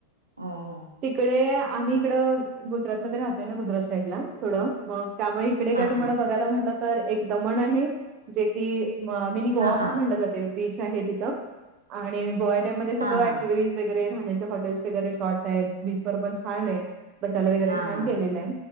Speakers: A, on the right; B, on the right.
A: हो, हो.
B: तिकडे आम्ही इकडं गुजरातमध्ये राहतोय ना गुजरात साईड ला थोडं मग त्यामुळे इकडे काय
A: हां,
B: तुम्हाला
A: हां.
B: बघायला म्हणलं तर एक दमण आहे जे की मग मिनी गोवाज
A: हां, हां.
B: म्हटलं जाते बीच आहे तिथं आणि गोवा डॅम मध्ये सगळं
A: हां, हां.
B: ऍक्टिव्हिटी वगैरे राहण्याचे हॉटेल्स वगैरे रिसॉर्ट्स आहेत बीचवर पण छान आहे. बसायला वगैरे
A: हां,
B: छान
A: हां.
B: केलेलं आहे